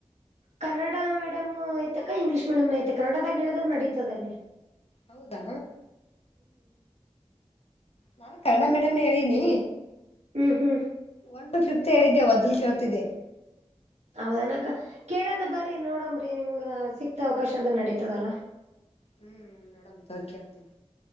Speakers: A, on the right; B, on the left.
A: ಕನ್ನಡ ಮೀಡಿಯಮು ಐ್ತಕ್ಕ ಇಂಗ್ಲಷ ಮೀಡಿಯಮ್ನ ಐತೆತ ಕನ್ನಡದಾಗ ಹೇಳಿದ್ರು ನಡೀತದಲ್ಲಿ
B: ಹೌದಾ ನ ಕನ್ನಡ ಮೇಡಮ್ ಹೇಳಿನಿ
A: ಹ್ಮ್ ಹ್ಮ್
B: ಒನ್ ಟು ಫಿಫ್ತ್ ಹೇಳಿದ್ದೆ ವದಲು ಕೇಳ್ತಿದ್ದಿದೆ
A: ಹೌದನಕ ಕೇಳಂದ ಬರ್ರಿ ನೋಡಂಬ್ರಿ ನಿಮ್ಗ ಸಿಕ್ತ ಅವಕಾಶ ಅಂತ ನಡತದಲ್ಲ
B: ಹ್ಮ್ ನೋಡ ಕೇಳ್ತೀನಿ